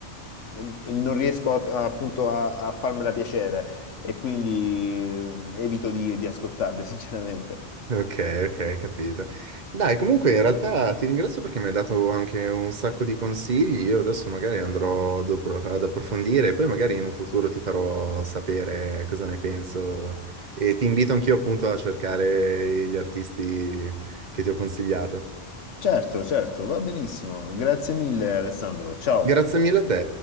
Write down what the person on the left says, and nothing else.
e- e non riesco a- a- appunto a, a farmela piacere e quindi eh, evito di, di ascoltarle, <laughs> sinceramente.
Certo, certo, va benissimo. Grazie mille, Alessandro. Ciao.